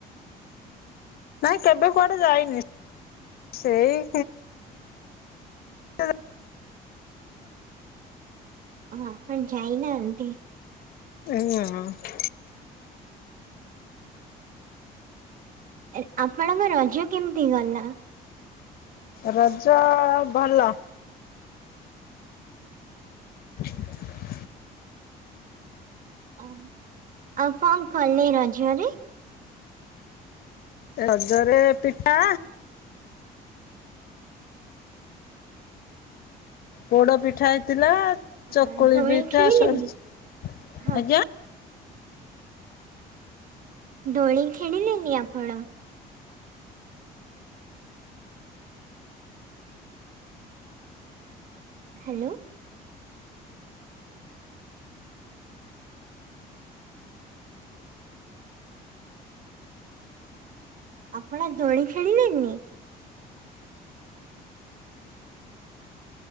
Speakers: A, on the left (about 65°); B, on the right (about 50°).
A: ନାଇଁ କେବେ କୁଆଡେ ଯାଇନି। ସେଇ <inaudible>
B: ହଁ ଆପଣ ଯାଇନାହାନ୍ତି?
A: ନାଁ।
B: ଏ ଆପଣଙ୍କ ରଜ କେମିତି ଗଲା?
A: ରଜ ଅ ଭଲ। <inaudible>
B: ଓ ଆଉ କଣ କଲେ ରଜରେ?
A: ରଜରେ ପିଠା ପୋଡ ପିଠା ହେଇଥିଲା,
B: ଆ,
A: ଚକୁଳି
B: ଦୋଳି
A: ପିଠା
B: ଖେଳିଲେନି?
A: ସରୁ ଚ
B: ହଁ
A: ଆଜ୍ଞା।
B: ଦୋଳି ଖେଳିଲେନି ଆପଣ? ହ୍ୟାଲୋ! ଆପଣ ଦୋଳି ଖେଳିଲେନି?